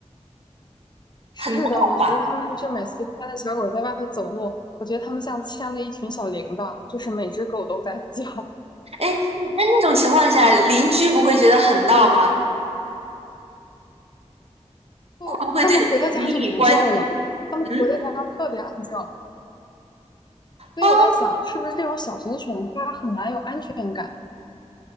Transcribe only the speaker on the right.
很闹吧？
哎，那那种情况下，邻居不会觉得很闹吗？
会不会对邻里关系？
嗯
哦，